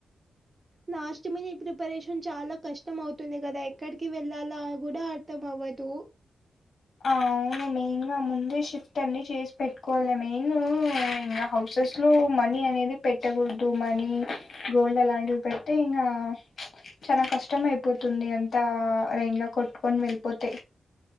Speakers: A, on the right; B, on the left.
A: లాస్ట్ మీది ఇప్ ప్రిపరేషన్ చాలా కష్టం అవుతుంది కదా ఎక్కడికి వెళ్ళాలా కూడా అర్థం అవ్వదు.
B: ఆ అవును మెయిన్ గా ముందే షిఫ్ట్ అన్ని చేసి పెట్టుకోవాల మెయిన్ ఇంగా హౌసెస్ లో మనీ అనేది పెట్టకూడదు మనీ గోల్డ్ అలాంటివి పెడితే ఇంగా చాలా కష్టం అయిపోతుంది అంతా రైన్ లో కొట్టుకొని వెళ్ళిపోతే